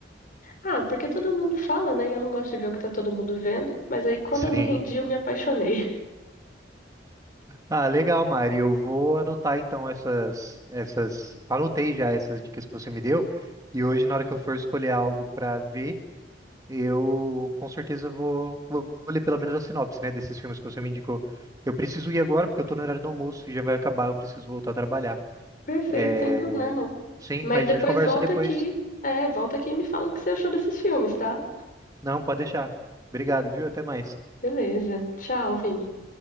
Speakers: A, on the left (about 50°); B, on the right (about 20°).
A: Ah, porque todo mundo fala, né? E eu não gosto de ver o que tá todo mundo vendo, mas aí quando
B: <laughs> Sim.
A: eu me rendi, eu me apaixonei.
B: Ah, legal, Mari. Eu vou anotar então essas essas, anotei já essas dicas que você me deu e hoje na hora que eu for escolher algo pra ver, Eu com certeza vou, vou ler pelo menos a sinopse, né, desses filmes que você me indicou. Eu preciso ir agora porque eu tô no horário do almoço e já vai acabar, eu preciso voltar a trabalhar.
A: Perfeito,
B: É,
A: sem problema.
B: sim,
A: Mas
B: mas
A: depois
B: a gente conversa
A: volta
B: depois.
A: aqui. É, volta aqui e me fala o que você achou desses filmes, tá?
B: Não, pode deixar. Obrigado, viu? Até mais.
A: Beleza. Tchau, Vini.